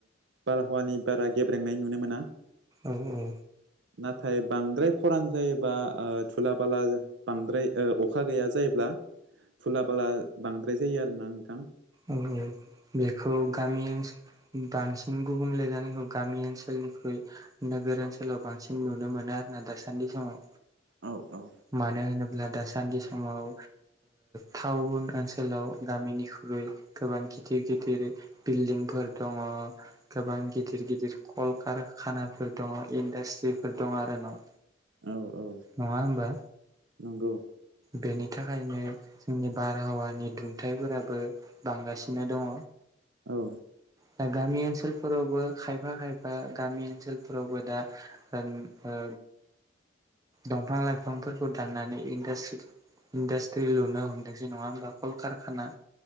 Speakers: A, on the right (about 70°); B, on the right (about 20°).
A: बारहावानि बारा गेब्रेंनाय नुनो मोना।
B: औ औ।
A: नाथाय बांद्राय खरान जायोबा थुला बाला बांद्राय अखा गैया जायोब्ला थुला बाला बांद्राय जायो आरोना नोंथां।
B: औ औ बेखौ गामि ओनसोल बांसिन गुबुंले जानायखौ गामि ओनसोलनिख्रुइ नोगोर ओनसोलाव बांसिन नुनो मोनो आरोना दासान्दि समाव
A: औ-औ
B: मानो होनोब्ला दासान्दि समाव टाउन ओनसोलाव गामिनि ख्रुइ गोबां गिदिर गिदिर बिल्डिंफोर दङ गोबां गिदिर गिदिर कलकारखानाफोर दङ इन्डास्ट्रिफोर दं आरो न'
A: औ-औ
B: नङा होमबा
A: नंगौ
B: बेनि थाखायनो जोंनि बारहावानि दुंथाइफोराबो बांगासिनो दङ
A: औ
B: दा गामि ओनसोलफोरावबो खायफा खायफा गामि ओनसोलफोरावबो दा ओम ओ दंफां लाइफांफोरखौ दाननानै इडासट्रि इन्डासट्रि लुनो हमदोंसै नङा होनोमबा कलकारखाना